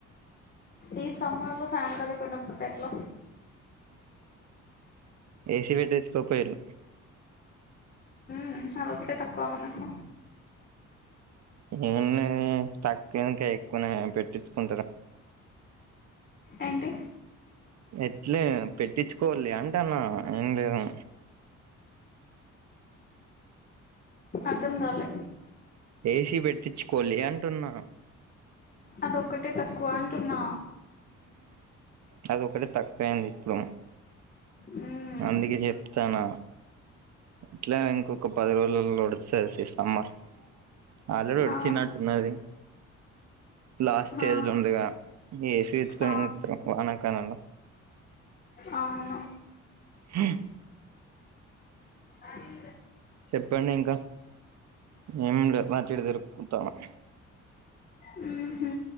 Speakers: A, on the left; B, on the right.
A: ఈ సమ్మర్ లో ఫ్యాన్ గాలికి ఉండక పోతే ఎట్లా
B: ఏసీ పెట్టిచుకు పోయిలు
A: హ్మ్ హా అది ఒకటే తక్కువ మనకు
B: ఉన్ని తక్కువ ఇంక ఎక్కువనే పెట్టించుకుంటలే
A: ఏంటి
B: ఇట్లే పెట్టించుకోవాలి అంటన్న ఏం లేదు
A: అర్థం కాలే
B: ఏసీ పెట్టించుకోలే అంటున్నా
A: అది ఒక్కటే తక్కువ అంటున్నా
B: అది ఒకటే తక్కువ అయింది ఇప్పుడు
A: మ్మ్
B: అందుకే చెప్తానా ఇట్లా అయినా ఇంకొక పది రోజులలో వొడుస్తాస సే సమ్మర్ ఆల్రెడీ వోడిచినట్టున్నది
A: అవును
B: లాస్ట్ స్టేజ్
A: ఆ
B: లో ఉందిగా ఏసి తెచ్చుకోని
A: ఆ
B: ఏం చేతరు వాన కాలంలో
A: అవును
B: హా
A: అది
B: చెప్పండి ఇంకా ఏం లే అటు ఇటు తిరుకుంటాన్నా
A: హ్మ్ హు